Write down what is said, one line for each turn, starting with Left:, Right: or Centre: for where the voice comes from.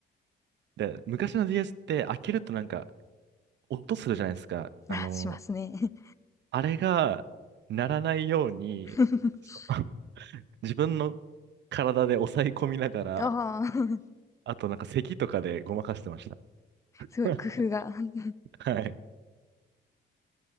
Right: で、昔の DS って開けるとなんか音するじゃないですか。あの、
Left: あ、しますね。
Right: あれが鳴らないように、
Left: <laughs>
Right: その <laughs> 自分の体で抑え込みながら、
Left: ああ、<laughs>
Right: あとなんか咳とかでごまかしてました。
Left: すごい工夫が。
Right: <laughs>
Left: <laughs>
Right: はい。